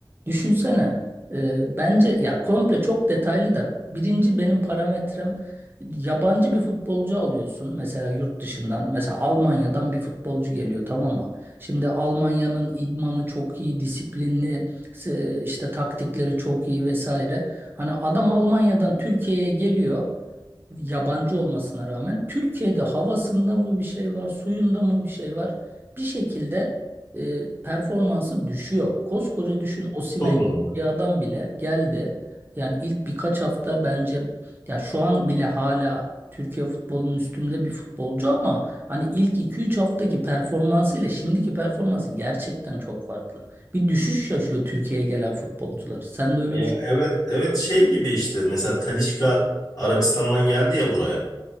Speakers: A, on the right; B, on the left.
A: düşünsene e, bence ya komple çok detaylı da birinci benim parametrem yabancı bir futbolcu alıyorsun mesela yurt dışından mesela Almanya'dan bir futbolcu geliyor tamam mı? Şimdi Almanya'nın idmanı çok iyi, disiplinli, e, işte taktikleri çok iyi vesaire. Hani adam Almanya'dan Türkiye'ye geliyor yabancı olmasına rağmen Türkiye'de havasında mı bir şey var, suyunda mı bir şey var? Bir şekilde e, performansı düşüyor. Koskoca düşün Osimhen
B: Çok
A: gibi
B: normal.
A: bir adam bile geldi. Yani ilk birkaç hafta bence ya şu an bile hala Türkiye futbolunun üstünde bir futbolcu ama hani ilk iki üç haftaki performansı ile şimdiki performansı gerçekten çok farklı. Bir düşüş yaşıyor Türkiye'ye gelen futbolcular. Sen de öyle
B: Ya evet evet şey gibi işte mesela Talisca Arabistan'dan geldi ya buraya.